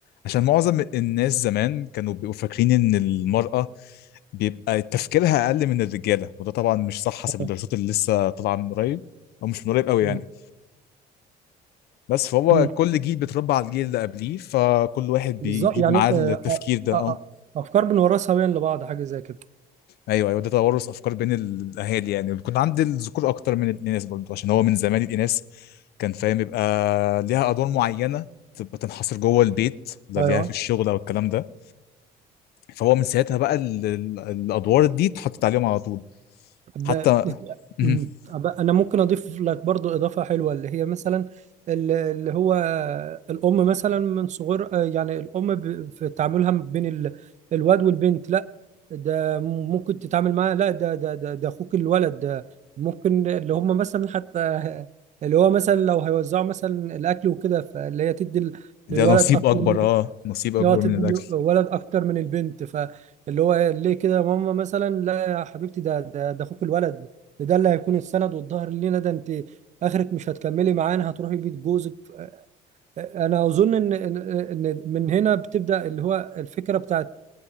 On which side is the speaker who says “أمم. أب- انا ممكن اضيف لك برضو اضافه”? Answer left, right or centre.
Right